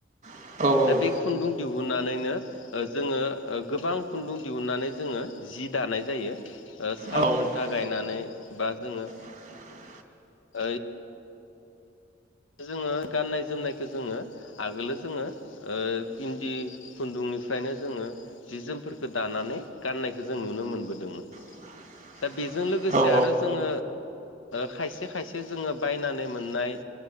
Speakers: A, on the right; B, on the left.
A: औ
B: दा बे खुन्दुं दिहुननानैनो जोङो गोबां खुन्दुं दिहुनन्नानै जोङो जि दानाय जायो।। साल
A: औ
B: खुन्था गायनानै बा जोङो
A: <inaudible>
B: ओ जोङो गाननाय जोमनायखौ जोङो आगोलोव जोङो इन्दि खुन्दुं निफ्रायनो जोङो जि जोमफोरखौ दानानै गाननायखौ जों नुनो मोनबोदोंमोन‌।
A: <inaudible>
B: दा बेजों लोगोसे
A: औ
B: आरो जोङो खायसे खायसे जोङो बायनानै मोननाय।